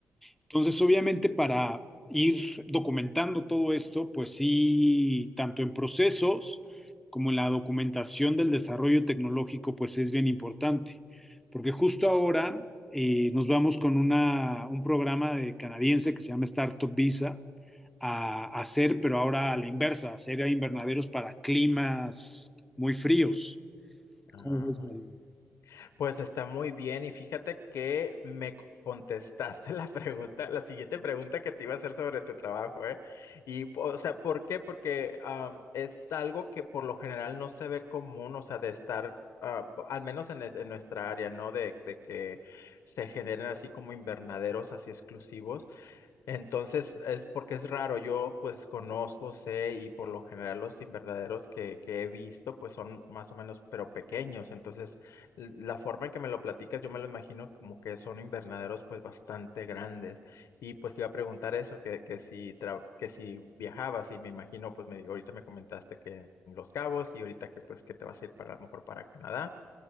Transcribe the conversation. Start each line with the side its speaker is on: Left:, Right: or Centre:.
Centre: Entonces, obviamente, para ir documentando todo esto, pues sí, tanto en procesos como en la documentación del desarrollo tecnológico, pues es bien importante, porque justo ahora eh, nos vamos con una- un programa de canadiense que se llama Startup Visa a, a hacer, pero ahora a la inversa, a hacer invernaderos para climas muy fríos.
Left: Ah.
Centre: ¿Cómo ves, Mario?
Left: Pues está muy bien y fíjate que me co- contestaste la pregunta, la siguiente pregunta que te iba a hacer sobre tu trabajo, ¿eh? Y, o sea, ¿por qué? Porque am, es algo que por lo general no se ve común, o sea, de estar, ah, al menos en, es- en nuestra área, ¿no? De, de que se generen así como invernaderos así exclusivos. Entonces, es porque es raro, yo pues conozco, sé y por lo general los invernaderos que, que he visto pues son más o menos pero pequeños, entonces l- la forma en que me lo platicas yo me lo imagino como que son invernaderos pues bastante grandes y pues te iba a preguntar eso, que, que si, tra- que si viajabas y me imagino pues me, ahorita me comentaste que en Los Cabos y ahorita que pues que te vas a ir para a lo mejor para Canadá,